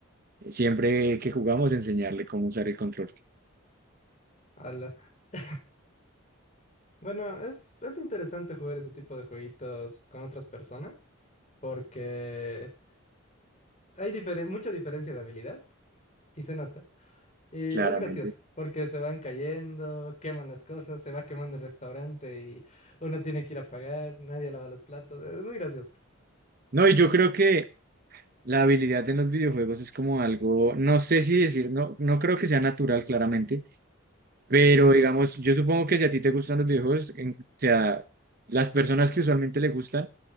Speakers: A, on the right; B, on the left.
A: siempre que jugamos enseñarle cómo usar el control,
B: ala. <laughs> Bueno, es, es interesante jugar ese tipo de jueguitos con otras personas porque hay difere- mucha diferencia de habilidad y se nota. Y es
A: claramente.
B: gracioso, porque se van cayendo, queman las cosas, se va quemando el restaurante y uno tiene que ir a pagar, nadie lava los platos. Es muy gracioso.
A: No, y yo creo que la habilidad en los videojuegos es como algo, no sé si decir, no, no creo que sea natural, claramente, pero
B: Ujú.
A: digamos, yo supongo que si a ti te gustan los videojuegos, en- o sea, las personas que usualmente le gustan,